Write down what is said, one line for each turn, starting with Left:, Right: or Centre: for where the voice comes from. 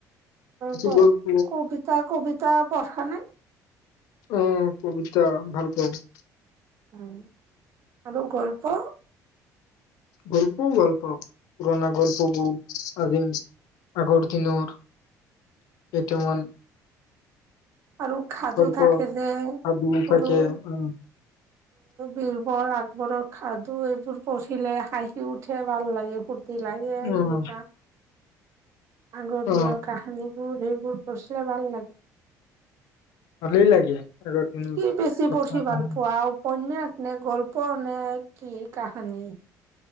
Left: চুটি
Right: ত
Left: গল্প
Right: কবিতা কবিতা পঢ় নে
Left: অ পবিত্ৰা ভাল পাাব
Right: উ আৰু গল্প
Left: গল্প গল্প পুৰণা গল্পবোৰ আগ কি দিনৰ কেইটামান
Right: আৰু খাদু
Left: গল্প
Right: থাকে যে
Left: সাধু
Right: সৰু
Left: থাকে উম
Right: বীৰবৰ আকবৰৰ সাধু এইবোৰ পঢ়িলে হাঁহি উঠে ভাল লাগেু তি লাগে
Left: উম
Right: এটা আগৰ দিিন
Left: অ
Right: কাহানী ুৰবুৰ পছিলে ভাল লাগ
Left: আল লাগে আগৰ দিনৰ
Right: কি বেছি
Left: কথা
Right: পঢ়ি
Left: কাহিনী
Right: ভাল পোৱা উপনয়াস নে গল্প নে কি কাহানী